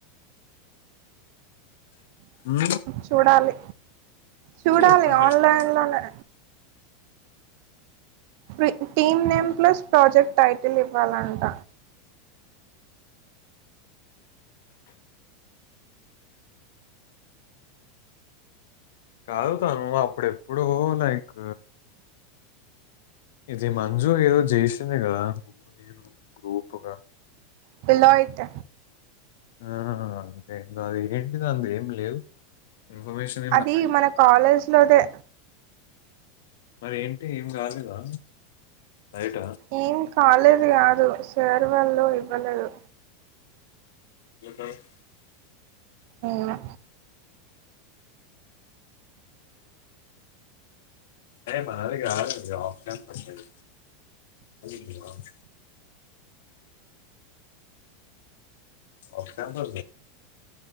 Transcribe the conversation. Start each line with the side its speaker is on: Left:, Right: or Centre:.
Left: ఉ
Right: చూడాలి చూడాలి
Left: ఓపెన్ చేసింది
Right: ఆన్లైన్ లోనే టి team name plus project title ఇవ్వాలంట
Left: కాదు తాను అప్పుడు ఎప్పుడో నైక్ ఇది మంజు ఏదో జెసింది కదా నువ్వు నేను గ్రూపుగా
Right: పోలయట్
Left: ఆ అంతే దది ఏంటిది అందులా ఏమ్ లేదు ఇన్ఫర్మేషన్
Right: అది మన కాలేజ్ లోదే
Left: మరీ ఏంటి ఏం కాలేదా బయట
Right: ఏం కాలేజ్ కాదు సార్ వాళ్లు ఇవ్వలేదు
Left: <unintelligible>
Right: ఏమో
Left: అరె మనది కాదు అది ఆఫ్లైన్ క్యూస్షన్ అది ఇది కాదు ఒకట పదా